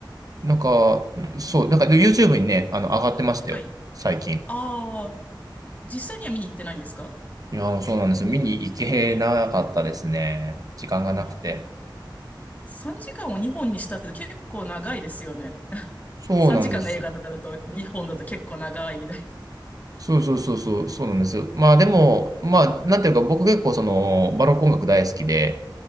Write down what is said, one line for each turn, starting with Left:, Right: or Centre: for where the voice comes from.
Right: う。なんか、そう、なんかで YouTube にね、あの、上がってましたよ、
Left: はい。
Right: 最近。
Left: ああ、実際には見に行ってないんですか
Right: いやー、そうなんですよ。見に行けなかったですね。時間がなくて。
Left: ああ3時間を2本にしたって結構長いですよね。<laughs>
Right: そうなんですよ。
Left: 3時間の映画とかだと2本だと結構長いみたい
Right: そうそうそうそう、そうなんですよ。まあでも、まあ、なんていうか、僕結構その、バロック音楽大好きで、